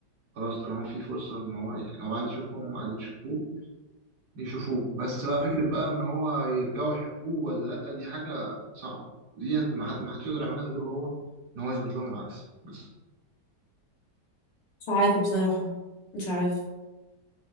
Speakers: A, on the right; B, on the left.
A: خلاص طالما في فرصة إن هو يعني هو عايز يشوفهم وهم عايزين يشوفوه يشوفوه بس بقى فكرة بقى ان هو يرجعوا يحبوه ولا لأ دي حاجة صعبة ودي ما حد- ما حدش يقدر يعملها غيره هو ان هو يثبت لهم العكس بس
B: مش عارفه بصراحه مش عارفه